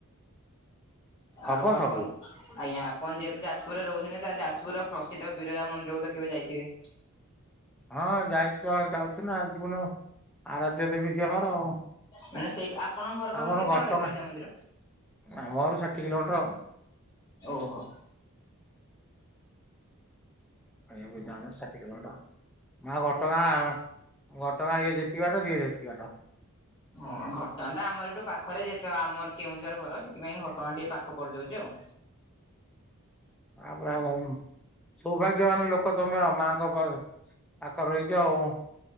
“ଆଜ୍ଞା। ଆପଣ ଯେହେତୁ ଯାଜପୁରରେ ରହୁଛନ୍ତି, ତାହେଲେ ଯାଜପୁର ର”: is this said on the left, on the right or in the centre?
Left